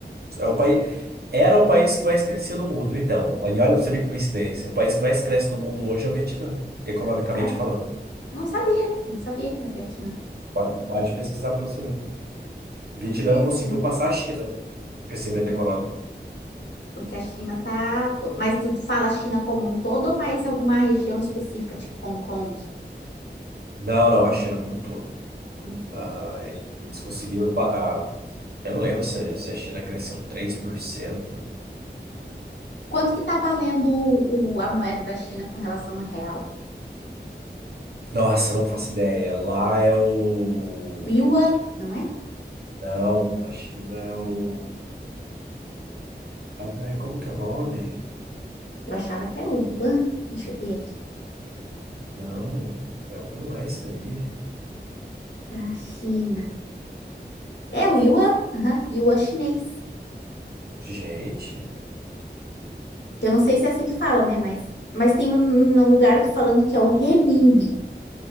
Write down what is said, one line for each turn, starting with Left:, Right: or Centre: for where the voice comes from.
Right: É o país, era o país que mais crescia no mundo, então. E olha pra você ver que coincidência. O país que mais cresce no mundo hoje é o Vietnã, economicamente
Left: Ai,
Right: falando.
Left: não sabia, não sabia que era Vietnã.
Right: Pode, pode pesquisar pra você ver. Vietnã
Left: Interessante,
Right: conseguiu passar a China de crescimento econômico.
Left: porque a China tá... Mas tu fala China como um todo ou mais alguma região específica, tipo Hong Kong,
Right: Não, não, a China como um todo.
Left: como um todo?
Right: Ah, eles conseguiram. ah, eu não lembro se, se a China cresceu 3%.
Left: Quanto que tá valendo o, o- a moeda da China com relação ao real?
Right: Nossa, não faço ideia. Lá é o.
Left: O yuan, não é?
Right: Não, na China é o. Ai, como que é o nome?
Left: Eu achava que era o yuan. Deixa eu ver aqui.
Right: Não, é o- não é isso daí.
Left: Da China. É o Yuan? Aham, Yuan chinês.
Right: Gente.
Left: Que eu não sei se é assim que fala, né? Mas, mas tem um, um lugar que falando que é o renminbi.